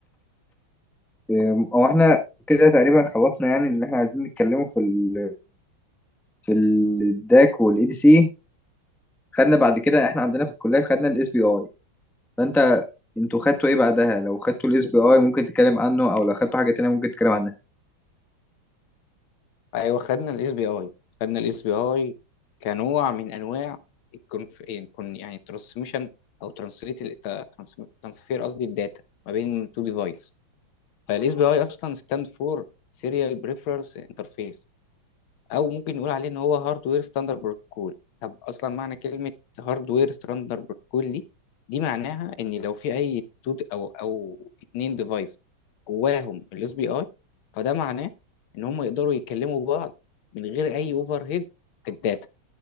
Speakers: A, in the centre; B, on the left.
A: آه، او احنا كده تقريبا خلصنا يعني ان احنا عايزين نتكلمه في ال في الداك والاي دي سي خدنا بعد كده احنا عندنا في الكليه خدنا الاس بي اي فانت انتوا خدتوا ايه بعدها لو خدتوا الاس بي اي ممكن تتكلم عنه او لو خدتوا حاجه تانية ممكن تتكلم عنها
B: ايوه خدنا الاس بي اي خدنا الاس بي اي كنوع من انواع الكونف كون يعني ترانسميشن او ترانسليت ترانسفير قصدي الداتا ما بين تو ديفايس فالاس بي اي اصلا ستاند فور سيريال بريفرنس انترفيس او ممكن نقول عليه ان هو هاردوير ستاندرد بروتوكول طب اصلا معنى كلمه هاردوير ستاندرد بروتوكول دي دي معناها ان لو في اي تو او او اتنين ديفايس جواهم الاس بي اي فده معناه ان هم يقدروا يتكلموا بعض من غير اي اوفر هيد في الداتا